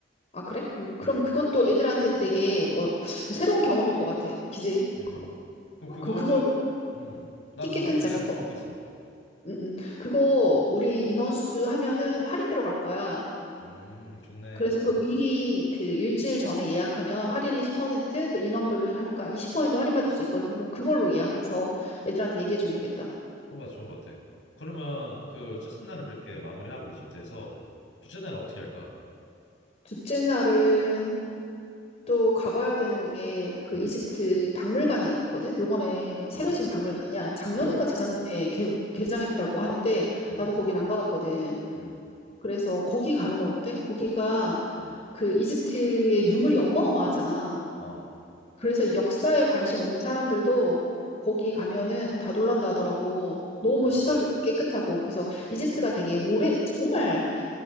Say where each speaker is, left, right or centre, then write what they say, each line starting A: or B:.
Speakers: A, on the left; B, on the left.
A: 아, 그래? 그럼, 그럼
B: 음.
A: 그것도 애들한테 되게 뭐 새로운 경험일 것 같아. 그지?
B: 음. 그럼
A: 어,
B: 그거
A: 그럼 그걸로
B: 음. 난
A: 티켓
B: 그걸로
A: 끊자.
B: 좀 예약했으면
A: 그거.
B: 좋겠어.
A: 음, 음. 그거 우리 인원수 하면은 할인 들어갈 거야.
B: 음, 좋네.
A: 그래서 그 미리 그 일주일 전에 예약하면 할인이 10%또 인원별로 하니까 20% 할인받을 수 있거든. 그럼 그걸로 예약해서 애들한테 얘기해 주면 되겠다.
B: 좋은 거 같아, 좋은 거 같아. 그러면 그 첫째 날은 그렇게 마무리하고 이집트에서 둘째 날은 어떻게 할까?
A: 둘째 날은 또 가봐야 되는 게 그
B: 음.
A: 이집트 박물관이 있거든. 요번에
B: 어.
A: 새로 지은 박물관이야. 작년인가
B: 어.
A: 재작년에 개, 개장했다고 하는데
B: 음.
A: 나도 거긴 안 가봤거든.
B: 음.
A: 그래서 거기 가는 건 어때? 거기가
B: 음.
A: 그 이집트의 유물이 어마어마하잖아.
B: 어.
A: 그래서 역사에 관심 없는 사람들도 거기 가면은 다 놀란다 하더라고. 너무
B: 어.
A: 시설도 깨끗하고. 그래서 이집트가 되게 오래, 정말